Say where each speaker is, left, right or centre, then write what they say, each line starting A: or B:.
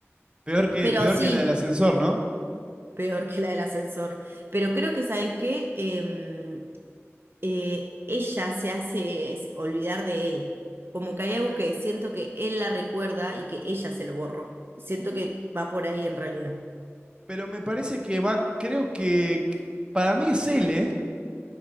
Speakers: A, on the right; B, on the right.
A: peor que,
B: Pero
A: peor
B: sí.
A: que la del ascensor, ¿no?
B: Peor que la del ascensor. Pero creo que, ¿sabes qué? Em, eh, ella se hace es- olvidar de él. Como que hay algo que siento que él la recuerda y que ella se lo borró. Siento que va por ahí en realidad.
A: Pero me parece que va, creo que para mí es él, ¿eh?